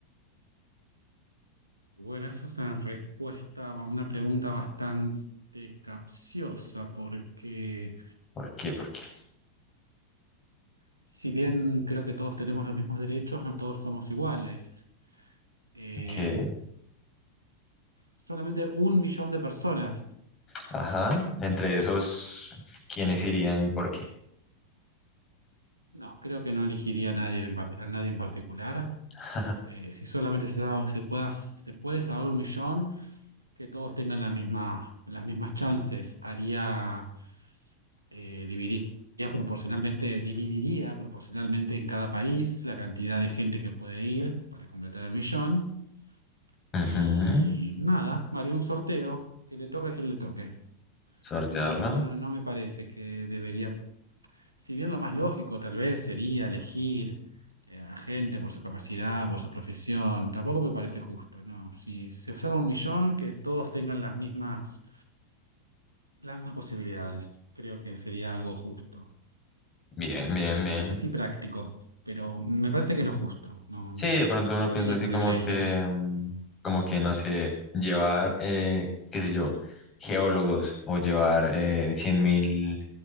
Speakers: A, on the right; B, on the left.
A: Bueno, eso es una respuesta, una pregunta bastante capciosa, porque
B: ¿Por qué? ¿Por qué?
A: si bien creo que todos tenemos los mismos derechos, no todos somos iguales. Eh,
B: Que,
A: solamente un millón de personas.
B: ajá, entre esos, ¿quiénes irían y por qué?
A: No, creo que no elegiría a nadie en, par- a nadie en particular.
B: <laughs>
A: Eh, si solamente se, sabe- se pueda, se puede salvar un millón, que todos tengan la misma- las mismas chances. Haría eh, dividiría proporcionalmente, dividiría proporcionalmente en cada país la cantidad de gente que puede ir para completar el millón.
B: Ujú,
A: Y nada, haría un sorteo, que le toque a quien le toque.
B: Sortearla.
A: No, no, no, no me parece que debería, si bien lo más lógico tal vez sería elegir eh, a gente por su capacidad, por su profesión, tampoco me parece justo, no. Si se observa un millón, que todos tengan las mismas, las mismas posibilidades. Creo que sería algo justo.
B: Bien, bien, bien.
A: no sé si práctico, pero me parece que es lo justo. No,
B: Sí,
A: no,
B: de pronto uno piensa
A: no iría
B: así
A: con
B: como
A: privilegios.
B: que, mm, como que, no sé, llevar, eh, qué sé yo, geólogos o llevar eh, cien mil,